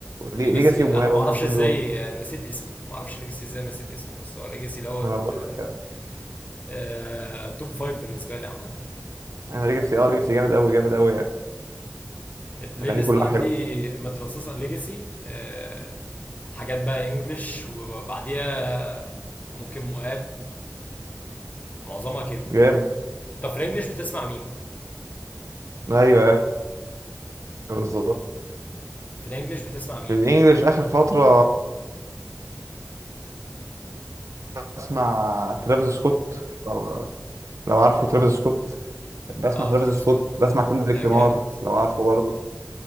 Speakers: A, on the right; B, on the left.
A: ليجاسي
B: ليجاسي
A: ومهاب
B: انا ما
A: هما
B: اعرفش
A: الاثنين
B: ازاي
A: دول
B: نسيت اسمه ما اعرفش ليجاسي ازاي نسيت اسمه بس هو ليجاسي دوت
A: ما انا بقول
B: آه،
A: لك
B: آه، توب فايف بالنسبه لي عامه يعني
A: انا ليجاسي اه ليجاسي جامد قوي جامد قوي يعني
B: البلاي
A: اغانيه
B: ليست
A: كلها
B: عندي
A: حلوه
B: مترصصه ليجاسي آه، حاجات بقى انجلش وبعديها ممكن مواب معظمها كده
A: جامد
B: طب في الانجليش بتسمع مين
A: ايوه أيوة، بالظبط
B: في الانجليش بتسمع مين
A: في الانجليش اخر فتره بسمع ترافيس سكوت لو لو عارفه ترافيس سكوت بسمع
B: اه
A: ترافيس
B: ترافيس
A: سكوت
B: سكوت
A: بسمع كندريك
B: ده جامد
A: لامار لو عارفه برضه